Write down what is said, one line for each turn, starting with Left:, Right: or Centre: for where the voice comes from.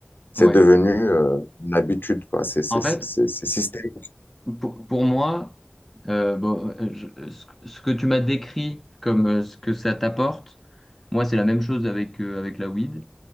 Left: C'est
Centre: ouais.
Left: devenu euh, une habitude, quoi. C'est c'est-
Centre: En
Left: c'est-
Centre: fait,
Left: c'est- c'est systémique.
Centre: pour, pour moi, euh, bon, euh, je- ce que ce que tu m'as décrit comme euh, ce que ça t'apporte, moi, c'est la même chose avec, euh, avec la weed.